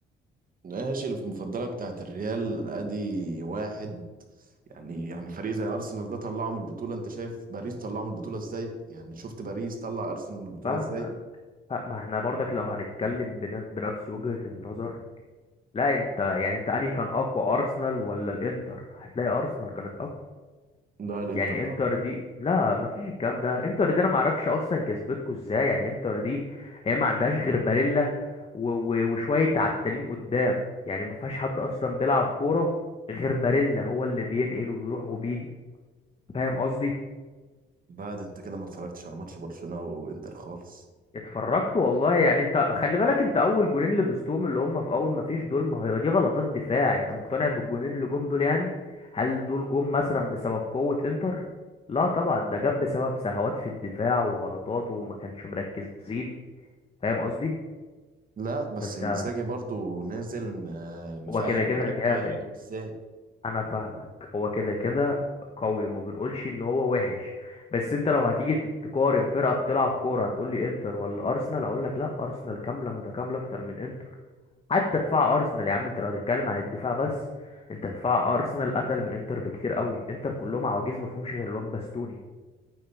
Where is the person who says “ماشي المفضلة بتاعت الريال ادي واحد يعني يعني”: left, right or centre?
Right